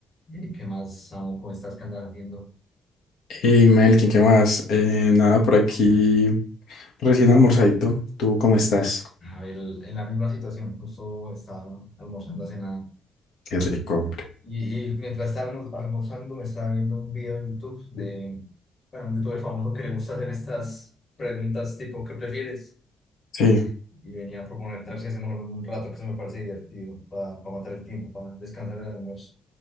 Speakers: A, on the left (about 35°); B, on the left (about 60°).
A: ¿Y qué más, Samu? ¿Cómo estás? ¿Qué andas haciendo?
B: Hey, Melkin, ¿qué más? Eh, nada, por aquí recién almorzadito. ¿Tú cómo estás?
A: A ver, en la misma situación, justo estaba almorzando hace nada.
B: Qué rico, hombre.
A: Y, y mientras estaba almo- almorzando, me estaba viendo un video en YouTube de, bueno, un youtuber famoso que le gusta hacer estas preguntas tipo, ¿qué prefieres?
B: Sí,
A: Y venía a proponerte a ver si hacemos lo mismo un rato que se me parece divertido, para matar el tiempo, para descansar el almuerzo.